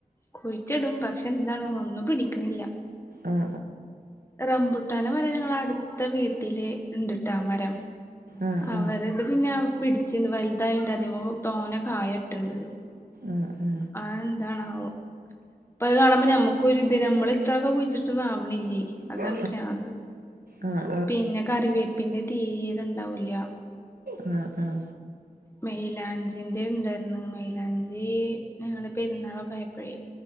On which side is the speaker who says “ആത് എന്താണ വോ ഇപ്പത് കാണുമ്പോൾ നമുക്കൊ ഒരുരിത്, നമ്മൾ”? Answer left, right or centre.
Left